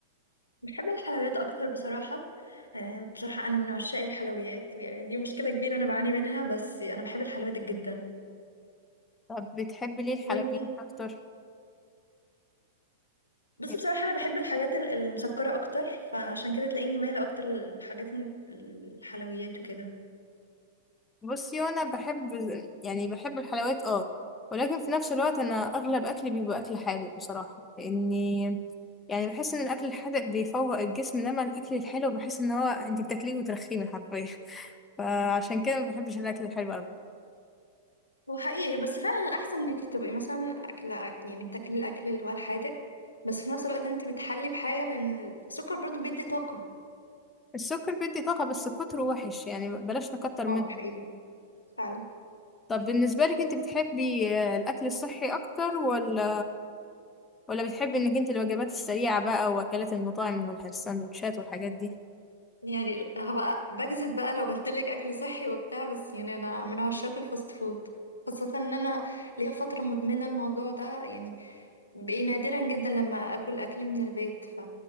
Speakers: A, on the left; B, on the left.
A: بحب الحلويات اكتر بصراحه يعني بصراحه انا من عشاق الحلويات يعني دي مشكله كبيره انا بعاني منها بس انا بحب الحلويات جدا
B: طب بتحبي ليه الحلويات
A: وانتي
B: اكتر؟
A: بص
B: يعني
A: بصراحه انا بحب الحاجات ال- المسكره اكتر فعشان كده تلاقيني مايله اكتر للحاجات ال- الحلويات وكده
B: بصي انا بحب يعني بحب الحلويات اه ولكن في نفس الوقت انا اغلب اكلي بيبقى اكل حادق بصراحة لاني يعني بحس ان الاكل الحادق بيفوق الجسم انما الاكل الحلو بحس ان هو انتي بتاكليه وترخيه حرفيا <laughs> فعشان كده ما بحبش الاكل الحلو قوي
A: هو حقيقي بس فعلا الأحسن إنك تبقي مثلا أكلة يعني بتاكلي الأكل اللي هو الحادق بس في نفس الوقت أنت بتحلي بحاجة لأن السكر برضو بيدي طاقة
B: السكر بيدي طاقة بس كتره وحش يعني بلاش نكتر منه
A: اه ده حقيقي فعلا
B: طب بالنسبة لك انت بتحبي آه، الأكل الصحي أكتر ولا ولا بتحبي انك انت الوجبات السريعة بقى وأكلات المطاعم والسندوتشات والحاجات دي
A: يعني هبقى بكذب بقى لو قلت لك اكل صحي وبتاع بس يعني انا من عشاق الفاست فود خاصة ان انا ليا فترة مدمنة الموضوع ده يعني بقي نادرا جدا لما اكل اكل من البيت ف